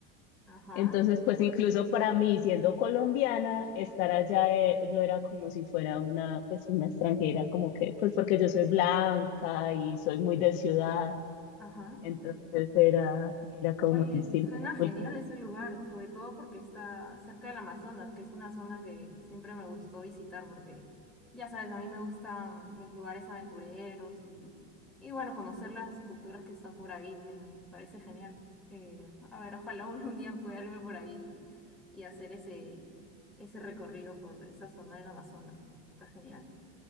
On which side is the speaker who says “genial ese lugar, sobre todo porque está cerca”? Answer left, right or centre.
Centre